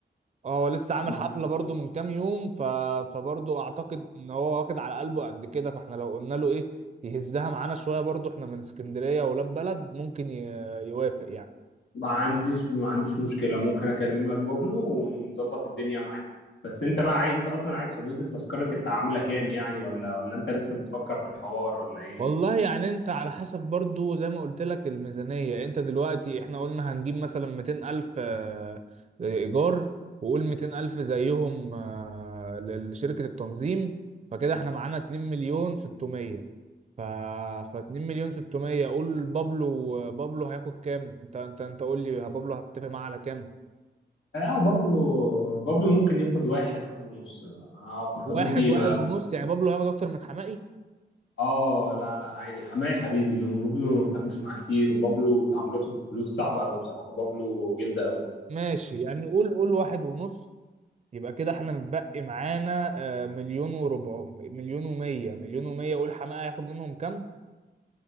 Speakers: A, on the right; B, on the left.
A: اه هو لسه عامل
B: ما
A: حفلة برضو من كام يوم ف... فبرضو اعتقد ان هو واخد على قلبه قد كده فاحنا لو قلنا له ايه يهزها معانا شوية برضو احنا من اسكندرية ولاد بلد ممكن ي... يوافق يعني
B: ما عنديش ما عنديش مشكله ممكن اكلم لك بابلو ونظبط الدنيا معاه بس انت بقى عاي... انت اصلا عايز حدود التذكره تبقى عامله كام يعني ولا ولا انت لسه بتفكر في الحوار ولا ايه
A: والله يعني انت على حسب برضو زي ما قلت لك الميزانية انت دلوقتي احنا قلنا هنجيب مثلا 200 الف آه، ايجار وقول 200 الف زيهم آه، لشركة التنظيم فكده احنا معانا 2 مليون 600 ف ف 2 مليون 600 قول بابلو بابلو هياخد كام انت انت انت قول لي بابلو هتتفق معاه على كام
B: اه بابلو بابلو ممكن ياخد واحد واحد ونص اه في الحدود
A: واحد
B: دي
A: واحد ونص يعني بابلو هياخد اكتر من حمائي
B: اه لا لا عادي حماية حبيبي انما بابلو ما بتعاملش معاه كتير وبابلو تعاملاته في الفلوس صعبة قوي بصراحة بابلو جلدة قوي
A: ماشي يعني قول قول واحد ونص يبقى كده احنا متبقي معانا آه، مليون وربع مليون ومية مليون ومية قول حمائي هياخد منهم كام